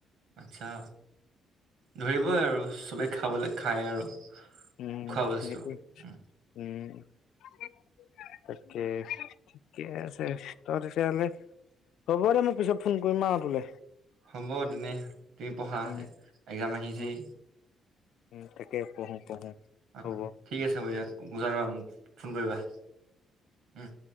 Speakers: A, on the right (about 80°); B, on the left (about 80°).
A: আচ্ছা ধৰিবই আৰু চবেই খাবলে খায় আৰু।
B: উম
A: খোৱা বস্তু।
B: সেই
A: উম,
B: উম। <unintelligible> তাকে ঠিকে আছে তই তেতিয়া হলে হ'ব দে মই পিছত ফোন কৰিম আঁও তুলে।
A: হ'ব তেনে তুমি পঢ়া
B: উম
A: হলে এক্সজাম আহিছেই।
B: উম উম তাকে পঢ়ো। পঢ়ো
A: অহ <unintelligible>
B: হ'ব।
A: ঠিক আছে বাৰ দিয়া বুজা ন আৰু মোক ফোন কৰিবা। উম